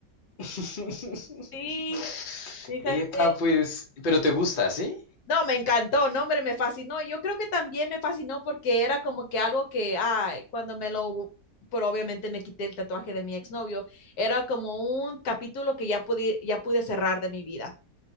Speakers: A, on the left; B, on the left.
A: <laughs>
B: Sí, fíjate.
A: Epa, pues, pero te gusta, ¿sí?
B: No, me encantó, no, hombre, me fascinó. Yo creo que también me fascinó porque era como que algo que, ay, cuando me lo, pero obviamente me quité el tatuaje de mi exnovio, era como un capítulo que ya pude, ya pude cerrar de mi vida.